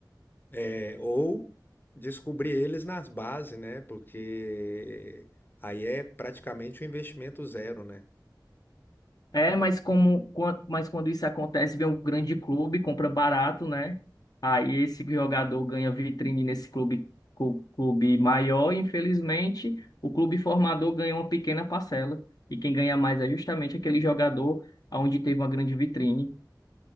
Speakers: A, on the left (about 25°); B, on the left (about 55°).
A: É, ou descobrir eles nas bases, né? Porque aí é praticamente um investimento zero, né?
B: É, mas como, quan- mas quando isso acontece, vem um grande clube, compra barato, né? Aí esse jogador ganha vitrine nesse clube, cu- clube maior, e infelizmente, o clube formador ganha uma pequena parcela. E quem ganha mais é justamente aquele jogador onde teve uma grande vitrine.